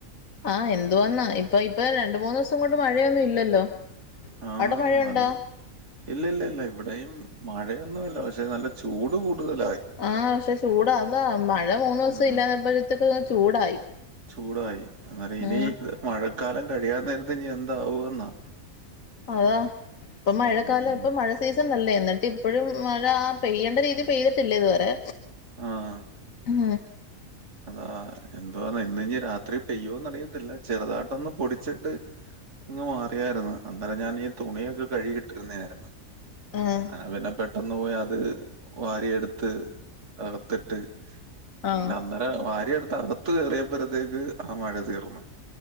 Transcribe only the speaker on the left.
ആഹ് എന്തോന്നാ ഇപ്പൊ ഇപ്പ രണ്ട്മൂന്ന് ദിവസം കൊണ്ട് മഴയൊന്നും ഇല്ലല്ലോ
അവിടെ മഴയുണ്ടോ
ആഹ് പക്ഷെ ചൂടാ എന്താ മഴ മൂന്നുസം
ഇല്ലാതായപ്പഴ്‌ത്തേക്കും അങ്ങ് ചൂടായി
ഉം
അതാ ഇപ്പം മഴക്കാലം
ഇപ്പൊ മഴ സീസൺ അല്ലേ ന്നിട്ട് ഇപ്പോഴും മഴ ആ പെയ്യണ്ട രീതി പെയ്തിട്ടില്ല ഇതുവരെ
ഉം
ആഹ്
ആഹ്